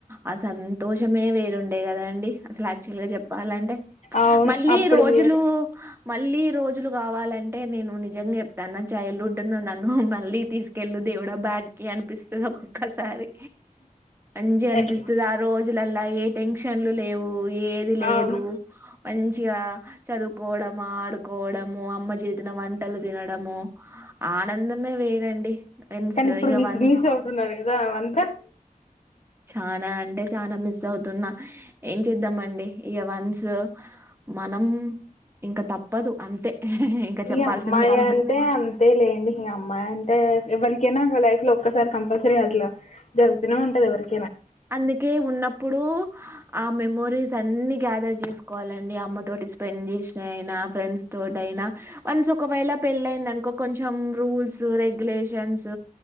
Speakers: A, on the right; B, on the left.
A: ఆ సంత దోషమే వేరుండే కదా అండి అసలు యాక్చువల్ గా చెప్పాలంటే
B: అవును
A: మళ్ళీ
B: అప్పుడుది
A: రోజులు
B: వేరు
A: మళ్ళీ రోజులు కావాలంటే నేను నిజంగా చెప్తాను చైల్డ్హుడ్ ను నన్ను మళ్ళీ తీసుకెళ్ళ దేవుడ బ్యాగ్ అనిపిస్తుంది ఒక్కొక్కసారి అంజ అనిపిస్తుంది
B: అట్లా
A: ఆ రోజులలా ఏ టెన్షన్లు లేవు ఏది లేదు
B: అవును
A: మంచిగా చదువుకోవడము ఆడుకోవడము అమ్మ చేతిన వంటలు తినడము ఆనందమే వేరండి మన్స్
B: కానీ ఇప్పుడు
A: ఇక
B: మిస్
A: వన్
B: మిస్ అవుతున్నారు కదా అవంతా
A: చానా అంటే చాలా మిస్ అవుతున్నా ఏం చేద్దాంమండి ఇక వన్స్ మనం ఇంకా తప్పదు అంతే ఇంకా
B: మీ
A: చెప్పాల్సింది
B: అమ్మాయి
A: ఏమున్నది
B: అంటే అంతే లేండి మీ అమ్మాయి అంటే ఎవరికి నా లైఫ్ లో ఒక్కసారి కంపల్సరీ అట్లా జరుగుతూనే ఉంటది ఎవరికి
A: అందుకే ఉన్నప్పుడు ఆ మెమోరీస్ అన్నిీ గ్యాదర్ చేసుకోవాలండి అమ్మ తోటి స్పెండ్ చేసిన అయినా ఫ్రెండ్స్ తోట అయినా వన్స్ ఒకవేళ పెళ్ళయిందినుకో కొంచెం కొంచెం రూల్స్ రెగ్యులేషన్స్